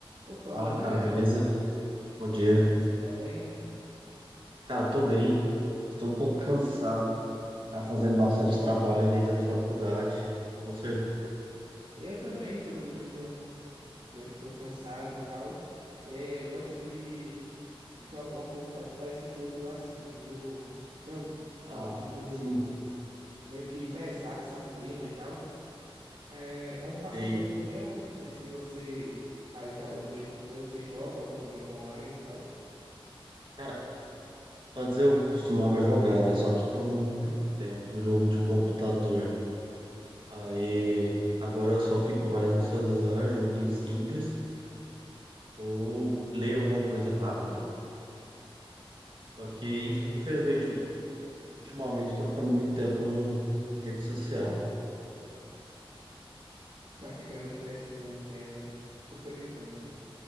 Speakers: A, on the right (about 80°); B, on the right (about 60°).
A: Opa,
B: Fala,
A: bom dia,
B: cara, beleza?
A: meu amigo.
B: Bom
A: Como
B: dia.
A: é que você tá? Você tá bem?
B: Cara, tô bem. Estou um pouco cansado. Tava fazendo bastante trabalho ali da faculdade. E você?
A: Eu também tô no mesmo coisa, tô cansado e tal. É, eu gosto de jogar um pouco para desaparecer quando eu tô assim, muito jogando,
B: Ah,
A: muito
B: sim,
A: meio que pesado, sabe, o clima e tal. É, é um
B: sei.
A: passatempo meu, não sei se você faz a mesma coisa, você joga algum jogo online e tal.
B: Cara, antes eu costumava jogar, né? Só que toma muito tempo o jogo de computador. Aí, agora eu só fico mais no celular, joguinho simples, ou leio alguma coisa rápida. Só que, inf-
A: Uhum.
B: infelizmente, ultimamente eu tô ficando muito tempo em rede social.
A: Tu tá ficando muito tempo, sim, entendo. Super entendo.